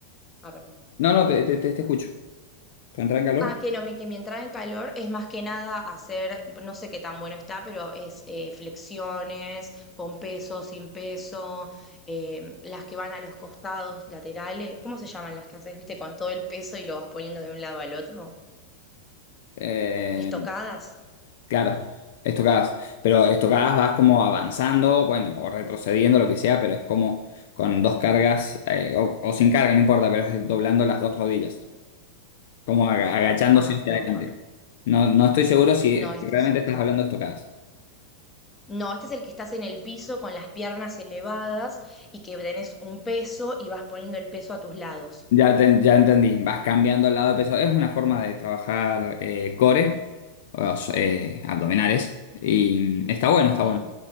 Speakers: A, on the left; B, on the left.
A: Ah, perdón.
B: No, no, te, te, te- te escucho. ¿Tu entrada en calor?
A: Ah, que no, mi, que mi entrada en calor es más que nada hacer, no sé qué tan bueno está, pero es eh, flexiones con peso, sin peso, eh, las que van a los costados laterales, ¿cómo se llaman las que haces, viste, con todo el peso y lo vas poniendo de un lado al otro?
B: Eh,
A: ¿Estocadas?
B: claro, estocadas. Pero estocadas vas como avanzando, bueno, o retrocediendo, lo que sea, pero es como con dos cargas, eh, o, o sin carga, no importa, pero es doblando las dos rodillas. como aga- agachándose
A: Ah,
B: hacia
A: no,
B: adelante.
A: no,
B: No, no estoy seguro si,
A: no,
B: si
A: este
B: realmente
A: es otro.
B: estás hablando de estocadas.
A: No, este es el que estás en el piso con las piernas elevadas y que tenés un peso y vas poniendo el peso a tus lados.
B: Ya, te- ya entendí, vas cambiando el lado de peso. Es una forma de trabajar eh, core, o s- eh, abdominales, y está bueno, está
A: Sí.
B: bueno.